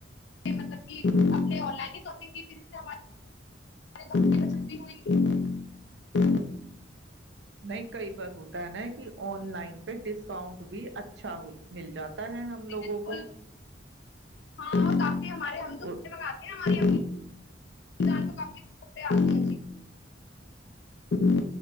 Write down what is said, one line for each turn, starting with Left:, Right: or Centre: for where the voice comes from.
Left: مطلب کہ ہم نے آن لائن شاپنگ کی فر سے ہمارے ہو ہاں
Right: نہیں کئی بار ہوتا ہے نا کہ آن لائن پہ ڈسکاؤنٹ بھی اچھا مل جاتا ہے ہم
Left: بالکل
Right: لوگوں کو
Left: ہاں کافی ہمارے ہم جو
Right: اور
Left: کپڑے منگاتے ہیں ہماری امی <unintelligible> <unintelligible> <unintelligible>